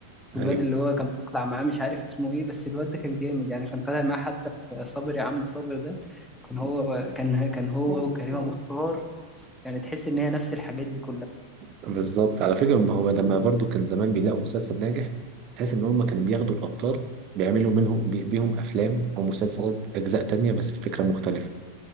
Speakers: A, on the right (about 35°); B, in the centre.
A: <laughs>
B: والواد اللي هو كان بيطلع معاه مش عارف اسمه ايه بس الواد ده كان جامد يعني كان طالع معاه حتى صابر يا عم صابر ده كان هو كان كان
A: ايوه
B: هو وكريمة مختار يعني تحس ان هي نفس الحاجات دي كلها
A: بالظبط على فكرة ما هو لما برضو كان زمان بيلاقوا مسلسل ناجح تحس ان هم كانوا بياخدوا الابطال بيعملوا منهم بي- بيهم افلام او مسلسلات اجزاء تانية بس الفكرة مختلفة